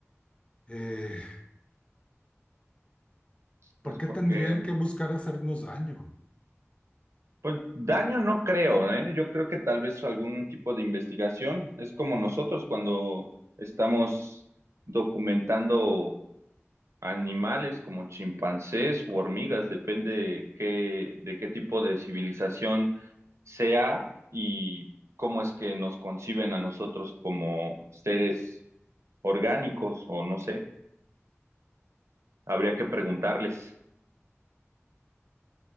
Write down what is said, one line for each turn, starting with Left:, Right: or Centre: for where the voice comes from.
Left: Eh,
Right: Pues
Left: ¿por qué
Right: porque,
Left: tendrían que buscar hacernos daño?
Right: pues daño no creo, ¿eh? Yo creo que tal vez algún tipo de investigación, es como nosotros cuando estamos documentando Animales como chimpancés u hormigas, depende qué, de qué tipo de civilización sea y cómo es que nos conciben a nosotros como seres orgánicos o no sé, habría que preguntarles.